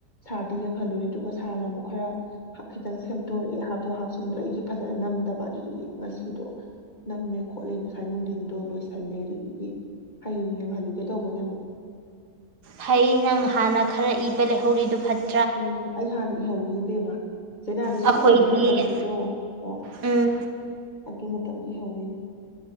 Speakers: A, on the left; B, on the right.
A: ꯁꯥꯔꯗ ꯌꯦꯡꯍꯜꯂꯨꯔꯦ ꯑꯗꯨꯒ ꯁꯥꯔꯅ ꯑꯃꯨꯛ ꯈꯔ ꯈꯤꯇꯪ ꯁꯦꯝꯠꯇꯣꯔꯛꯑꯦ ꯍꯥꯞꯇ ꯍꯥꯞꯆꯤꯟꯗ ꯑꯩꯒꯤ ꯐꯖꯅ ꯅꯝꯗꯕ ꯑꯗꯨꯗꯨꯒꯤ ꯉꯁꯤꯗꯣ ꯅꯝꯃꯦ ꯈꯣꯠꯂꯦ ꯉꯁꯥꯏ ꯅꯨꯡꯊꯤꯟꯗꯣ ꯂꯣꯏꯁꯤꯜꯂꯦ ꯑꯗꯨꯗꯨꯒꯤ ꯍꯌꯦꯡ ꯌꯦꯡꯍꯜꯂꯨꯒꯦ ꯇꯧꯕꯅꯦ ꯑꯃꯨꯛ
B: ꯐꯩ ꯅꯪ ꯍꯥꯟꯅ ꯈꯔ ꯏꯕ ꯂꯩꯍꯧꯔꯤꯗꯨ ꯐꯠꯇꯦ
A: ꯎꯝ ꯑꯩ ꯍꯥꯟꯅ ꯏꯍꯧꯔꯤꯅꯦ ꯏꯕꯦꯝꯃ ꯆꯩꯅꯥꯗ
B: ꯑꯩꯈꯣꯏꯗꯤ
A: ꯁꯣꯏꯏꯕ ꯃꯇꯝꯒꯤꯗꯣ ꯍꯣꯏ
B: ꯎꯝ
A: ꯑꯗꯨ ꯃꯇꯝꯗ ꯏꯍꯧꯔꯤꯅꯦ